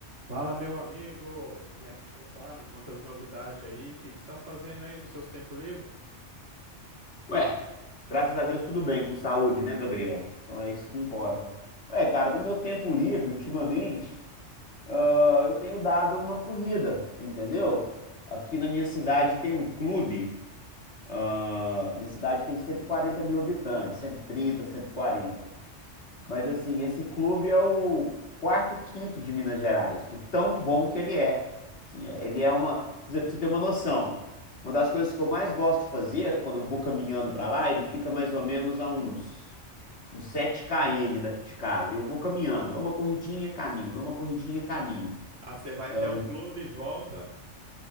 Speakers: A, on the right; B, on the left.
A: Fala, meu amigo, como é que você tá? Me conta as novidades aí. O que que você tá fazendo aí nos seus tempos livres?
B: Ué, Graças a Deus, tudo bem, com saúde, né, Gabriel? Então é isso que importa. Ué, cara, no meu tempo livre, ultimamente, ah, eu tenho dado uma corrida, entendeu? Aqui na minha cidade tem um clube, ah, minha cidade tem 140 mil habitantes, cento cento e trinta, cento e quarenta. Mas assim, esse clube é o quarto, quinto de Minas Gerais, de tão bom que ele é. Assim, é- ele é uma, por exemplo, pra você ter uma noção. Uma das coisas que eu mais gosto de fazer quando eu vou caminhando pra lá, ele fica mais ou menos a uns uns sete km daqui de casa. Eu vou caminhando, dou uma corridinha, caminho, dou uma corridinha, caminho.
A: Ah, você vai
B: Ah,
A: até
B: o-
A: o clube, volta